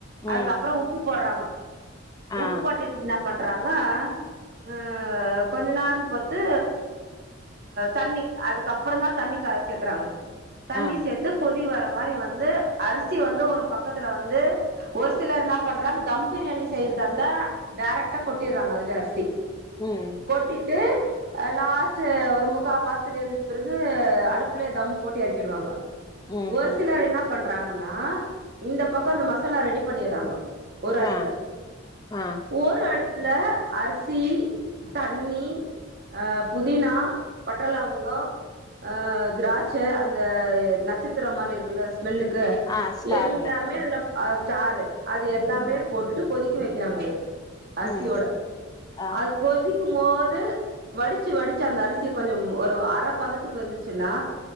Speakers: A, on the left (about 20°); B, on the right (about 50°).
A: ம்
B: அதுக்கப்புறம் உப்பு போற்றாங்க
A: ஆ
B: உப்பு போட்டுட் இன்னாப் பண் ப்பரன ஊ கொஞ்ச நேரத்து பத்து தண்ணி அதுக்கப்புறந் தான் தண்ணி கார சேக்குறாங்க தண்ணி
A: ஆ
B: சேத்து கொதி வர மாரி வந்து அரிசி வந்து ஒரு பக்கத்துல வந்து ஒரு சிலர் இன்னாப் பண்றாங்க தம் பிரியாணி செய்யற்தா இருந்தா டைரக்டா கொட்டிறாங்க அதிலே அரிசி
A: ம்
B: கொட்டிட்டு அது லாஸ்ட்டு ஒரு முக்கா பாத்துக்கு வெந்துட்ட பிறகு அடுப்புலே தம் போட் எறக்கிடுவாங்க
A: ம்
B: ஒரு சிலர் இன்னாப் பண்றாங்கன்னா இந்த பக்கம் அந்த மசாலா ரெடி பண்ணிறாங்க ஒரு அடுப்புல
A: ஆ ஆ
B: ஓரு அடுப் ல அரிசி தண்ணி ஆஹ் புதினா பட்ற லவங்கம் ஆஹ் திராட் ச்ச அந்த நட்சத் த்துற மாரி இருக்குல்ல ஸ்மெல்லுக்கு
A: ஆ ஸ்டார்
B: எல்லாமே
A: நட்ஸ்
B: அதுல ஆஹ் ஸ்டாரு அது எல்லாமே
A: ம்
B: போட்டுட்டு கொதிக்க வைக்கிறாங்க அது. அரிசியோட
A: ம் ஆ
B: அது கொதி. க்கும்போது வடிச்சு வடிச்சு அந்த அரிசிய கொஞ்சம் ஒரு அர பதத்துக்கு வந்துச்சுன்னா.